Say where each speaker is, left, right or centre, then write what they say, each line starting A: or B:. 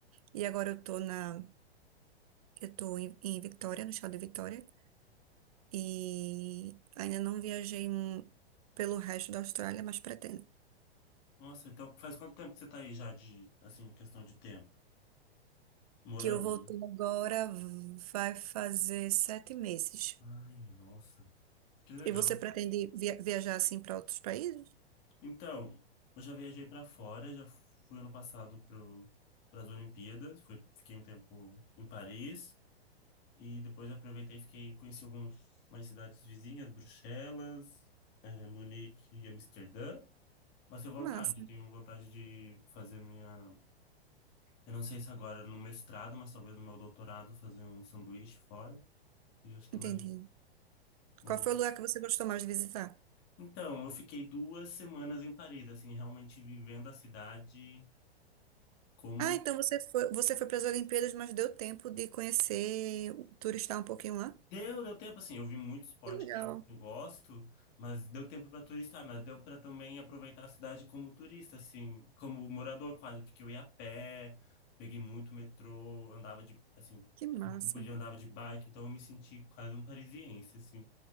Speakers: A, on the right (about 35°); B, on the left (about 30°).
A: e agora eu tô na, eu tô em, em Vitória, no estado de Vitória, e ainda não viajei hum, pelo resto da Austrália, mas pretendo.
B: Nossa, então faz quanto tempo que você tá aí já de, assim, questão de tempo? Morando,
A: Que eu voltei
B: né?
A: agora, vai fazer sete meses.
B: Ai, nossa, que legal.
A: E você pretende via- viajar assim para outros países?
B: Então, eu já viajei pra fora, já fui ano passado pro, para as Olimpíadas, fui, fiquei um tempo em Paris e depois aproveitei e fiquei, conheci algumas mais cidades vizinhas, Bruxelas, eh, Munique e Amsterdã. Mas tenho vontade,
A: Massa,
B: tenho vontade de fazer minha. Eu não sei se agora no mestrado, mas talvez no meu doutorado, fazer um sanduíche fora. E acho que
A: entendi.
B: vai. vou-
A: Qual foi o lugar que você gostou mais de visitar?
B: Então, eu fiquei duas semanas em Paris, assim, realmente vivendo a cidade como
A: Ah, então você foi, você foi para as Olimpíadas, mas deu tempo de conhecer, turistar um pouquinho lá?
B: Deu, deu tempo, assim, eu vi muito esporte
A: Que legal,
B: que eu, que eu gosto, mas deu tempo para turistar, mas deu para também aproveitar a cidade como turista, assim, como morador quase, porque eu ia a pé, peguei muito metrô, andava de, assim,
A: que massa.
B: sempre que podia andava de bike, então eu me senti quase um parisiense, assim.